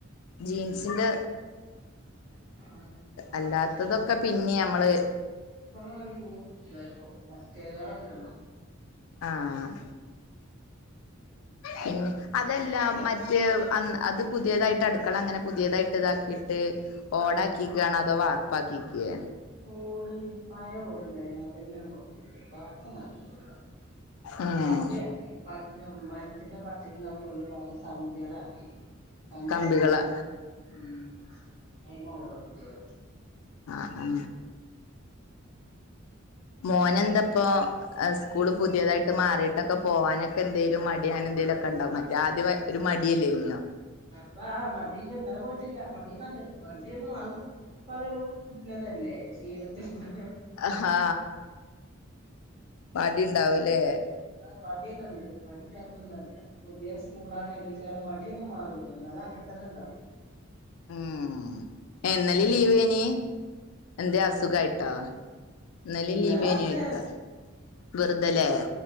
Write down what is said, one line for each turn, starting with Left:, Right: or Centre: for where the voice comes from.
Left: ജീൻ സിൻ്റെ
Right: ആ ഒണങ്ങി ആ
Left: അല്ലാത്തതൊക്കെ
Right: ഒണങ്ങി കിട്ടാൻ
Left: പിന്നെ നമ്മള്
Right: യൂണിഫോമൊക്കെ പിന്നിം ഇതായ്ക്കോളും മറ്റെതാളൊക്കെയാണ്
Left: ആഹ് പിന്നെ അതല്ലാ മറ്റ <unintelligible> അന്ന് അത് പുതിയെതായിട്ട് അടുക്കളാ അങ്ങനെ പുതിയെതായിട്ട് ഇതാക്കിയിട്ട് ഓടാക്കികാണോ അതോ വാർ പ്പാക്കിക്കെ
Right: ഓടെയിനി പഴെ ഓട് ഇണ്ടായിനി അപ്പോ ഇതെന്നെ ആണ്ട് കൊൾത്തി ഇട്ടു വാർപ്പൊന്നും ആക്കീട്ടില്ല
Left: ഉം
Right: കമ്പി ആക്കി <unintelligible> <unintelligible> മരത്തിന്റെ പട്ടികിം കൗക്കോൽനും പകരം കമ്പിയാളാക്കി കമ്പി
Left: കമ്പികള്
Right: ആക്കികാണ്ട് ഉം അയിമ്മെ ഓട് കൊ ത്തിയോ
Left: ആ ആ മോൻ എന്താപ്പോ സ്കൂൾ പുതിയതായിട്ട് മാറിയിട്ടൊക്കെ പോവാനെക്കെ എന്തേലും മടി അങ്ങനെ എന്തേലുയെക്കെ ഇണ്ടാവും മ ആദ്യ വെ ഒര് മടി അല്ലെയ്നോ
Right: പ്പം ആ മടി ഇന്നലെ പോയിട്ടില്ല മടിയൊക്കെ ഇണ്ട് മടിയൊന്നും അയ് വിട്ട് ഇപ്പ അതൊരു ഇള്ളതല്ലേ ശീലത്തിന് വിടാ
Left: ആഹാ മടി ഇണ്ടാവും ലെ
Right: മടിയൊക്കെ ഇണ്ട് മടിയില്ലാത്തെ ഒന്നും അല്ലാ പുതിയെ സ് സ്കൂളാണ് കര്തിട്ട് അയുടെ മടിയൊന്നും മാറുലല്ലോ അത് അങ്ങൻ തെന്നെ ഇണ്ടാവും
Left: ഉം ഏ ഇന്നെലിം ലീവെയ്നി എന്തെ അസുഖായിട്ടോ ഇന്നെലിം
Right: ഇന്നലെ
Left: ലീവെയ്നി
Right: വെറുതെ
Left: ചോയ്ക്കാ വെർതെ ലെ